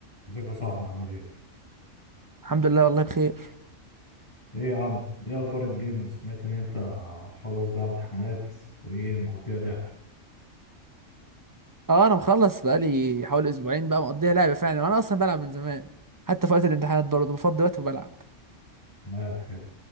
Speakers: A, on the left; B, on the right.
A: ازيك يا صاحبي عامل ايه؟
B: الحمد لله والله بخير
A: ايه يا عم؟ ايه اخبار الجيمز؟ سمعت ان انت مخلص بقى امتحانات وايه مقضيها لعب
B: اه انا مخلص بقالي حوالي اسبوعين بقى مقضيها لعبه فعلا وانا اصلا بلعب من زمان حتى في وقت الامتحانات برضه بفضي وقت وبلعب
A: تمام حلو